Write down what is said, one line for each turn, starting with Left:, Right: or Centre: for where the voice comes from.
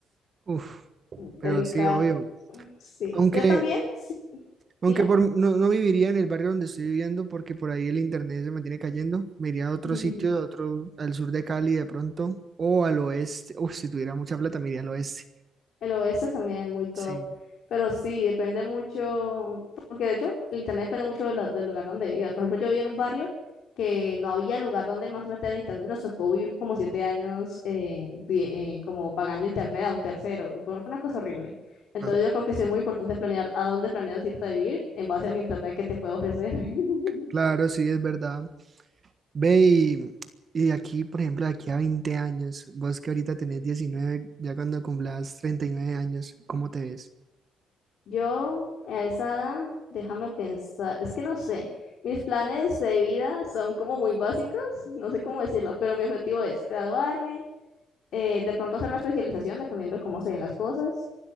Right: Uf,
Left: Delicado.
Right: pero sí, obvio.
Left: Sí.
Right: Aunque,
Left: Yo también, sí.
Right: Aunque
Left: Dime.
Right: por, no, no viviría en el barrio donde estoy viviendo porque por ahí el internet se mantiene cayendo. Me iría a otro
Left: <laughs>
Right: sitio, a otro, al sur de Cali de pronto, o al oeste. Uf, si tuviera mucha plata, me iría al oeste.
Left: El oeste también muy top.
Right: Sí,
Left: Pero sí, depende mucho, porque de hecho el internet depende mucho de la- del lugar donde vivas. Por ejemplo, yo vivía en un barrio que no había lugar donde más meter internet. Nos tocó vivir como siete años eh, di- eh, como pagando internet a un tercero. Fue fue una cosa horrible. Entonces
Right: ah,
Left: yo creo que sí es muy importante planear a dónde planeas irte a vivir en base al internet que te puede ofrecer. <laughs>
Right: claro, sí, es verdad. Ve y, y de aquí, por ejemplo, de aquí a 20 años, vos que ahorita tenés 19, ya cuando cumplas 39 años, ¿cómo te ves?
Left: Yo a esa edad, déjame pensar, es que no sé, mis planes de vida son como muy básicos, no sé cómo decirlo, pero mi objetivo es graduarme, eh, de pronto hacer una especialización, dependiendo de cómo se den las cosas.